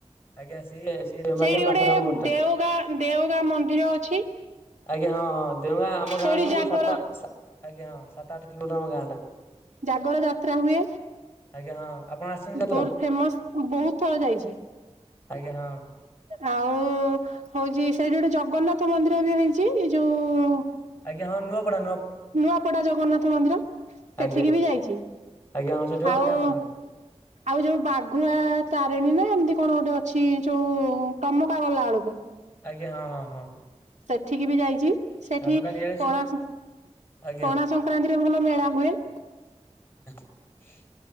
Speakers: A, on the left; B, on the right.
A: ଆଜ୍ଞା ସେଇ ସେଇ ରେମାଲ
B: ସେଇଠି
A: ଡ୍ୟାମ ପାଖରେ
B: ଗୋଟେ
A: ଆମ ଘରଟା।
B: ଦେଓଗାଁ, ଦେଓଗାଁ ମନ୍ଦିର ଅଛି।
A: ଆଜ୍ଞା ହଁ ହଁ, ଦେଓଗାଁ ଆମ
B: ସେଇଠି
A: ଗାଁଠୁ
B: ଜାଗର
A: ସାତ ସାତ ଆଜ୍ଞା ହଁ ସାତ, ଆଠ କିଲୋମିଟର ଆମ ଗାଁ ଟ।
B: ଜାଗର ଯାତ୍ରା ହୁଏ।
A: ଆଜ୍ଞା ହଁ ଆପଣ ଆସିଛନ୍ତି ଯାତ୍ରା
B: ବହୁତ ଫେମସ ବହୁତ ଥର ଯାଇଛି।
A: ଆଜ୍ଞା ହଁ।
B: ଆଉ ହଉଛି, ସେଇଠି ଗୋଟେ ଜଗନ୍ନାଥ ମନ୍ଦିର ବି ହେଇଛି ଯୋଉ
A: ଆଜ୍ଞାଁ ହଁ ନୂଆପଡ଼ା।
B: ନୂଆପଡା ଜଗନ୍ନାଥ ମନ୍ଦିର ସେଠିକି
A: ଆଜ୍ଞା
B: ବି ଯାଇଛି।
A: ଆଜ୍ଞା ହଁ ସେଠି ଆମ
B: ଆଉ,
A: ଗାଁ ପାଖରେ।
B: ଆଉ ଯୋଉ ବାଘୁଆ ତାରିଣୀ ନା ଏମତି କଣ ଗୋଟେ ଅଛି, ଯୋଉ ତମକା ଗଲା ବେଳକୁ।
A: ଆଜ୍ଞା ହଁ ହଁ ହଁ।
B: ସେଠିକି ବି ଯାଇଛି। ସେଠି
A: ଆପଣ ତାହେଲେ ଇଆଡେ ସବୁ
B: ପଣା ସ,
A: ଆଜ୍ଞା
B: ପଣା ସଂକ୍ରାନ୍ତିରେ ଭଲ ମେଳା ହୁଏ।
A: ହୁଁ <inaudible>